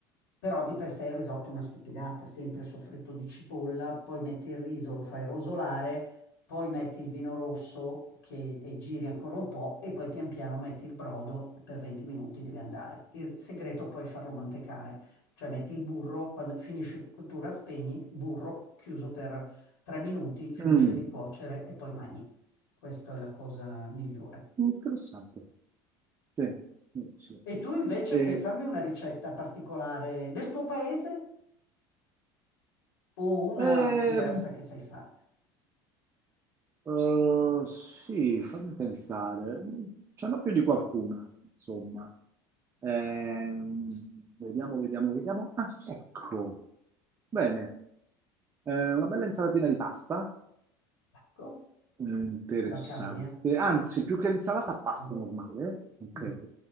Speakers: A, on the left (about 90°); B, on the right (about 25°).
A: Però di per sé il risotto è una stupidata, sempre soffritto di cipolla, poi metti il riso, lo fai rosolare, poi metti il vino rosso che, e giri ancora un po' e poi pian piano metti il brodo, per 20 minuti deve andare. Il segreto è poi è farlo mantecare, cioè metti il burro, quando finisce cottura spegni, burro chiuso per 3 minuti, finisce
B: Mm,
A: di cuocere e poi mangi. Questa è la cosa migliore.
B: interessante. Sì, mm, sì.
A: E tu invece
B: E,
A: che fammi una ricetta particolare del tuo paese? o una
B: ehm,
A: diversa che sai fare.
B: eh, sì, fammi pensare, Mm, ce n'ho più di qualcuna, insomma. Ehm, vediamo, vediamo, vediamo. Ah, sì. ecco, bene, Eh, una bella insalatina di pasta
A: Ecco,
B: Eh, Interessante.
A: la cavi, eh.
B: Anzi, più che insalata, pasta
A: Mm,
B: normale. Ok.
A: mm.